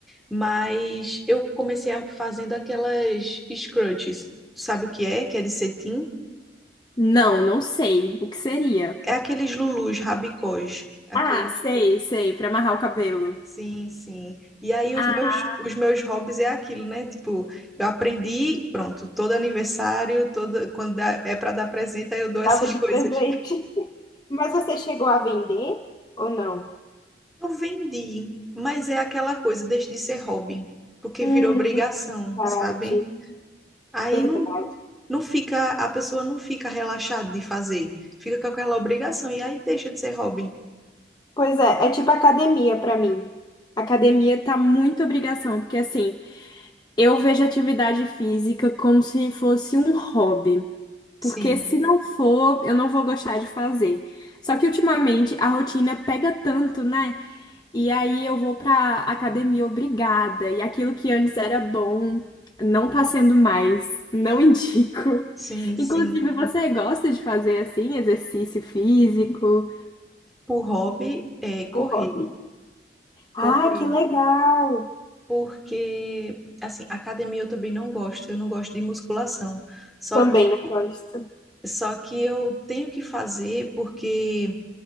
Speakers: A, in the centre; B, on the left.
A: Mas eu comecei a, fazendo aquelas scrunchies. Sabe o que é? Que é de cetim.
B: Não, não sei. O que seria?
A: É aqueles lulus, rabicós. Aqueles.
B: Ah, sei, sei, pra amarrar o cabelo.
A: Sim, sim. E aí
B: Ah,
A: os meus, os meus hobbies é aquilo, né? Tipo, eu aprendi, pronto, todo aniversário, todo quando dá- é para dar presente, aí eu dou essas
B: Tava
A: <laughs>
B: de
A: coisas.
B: presente. <laughs> mas você chegou a vender ou não?
A: Eu vendi, mas é aquela coisa, deixa de ser hobby, porque
B: Hum,
A: virou obrigação,
B: verdade,
A: sabe? Aí
B: verdade.
A: não não fica, a pessoa não fica relaxada de fazer, fica com aquela obrigação e aí deixa de ser hobby.
B: Pois é, é tipo academia pra mim. Academia tá muito obrigação, porque assim, eu vejo atividade física como se fosse um hobby.
A: Sim,
B: Porque se não for, eu não vou gostar de fazer. Só que ultimamente a rotina pega tanto, né? E aí eu vou pra academia obrigada. E aquilo que antes era bom não tá sendo mais. Não <laughs> indico.
A: sim, sim.
B: Inclusive, você gosta de fazer assim, exercício físico?
A: O hobby é correr,
B: Por hobby. Ah,
A: correr.
B: que legal!
A: porque assim, academia eu também não gosto, eu não gosto de musculação. Só
B: Também
A: que
B: não gosto.
A: só que eu tenho que fazer porque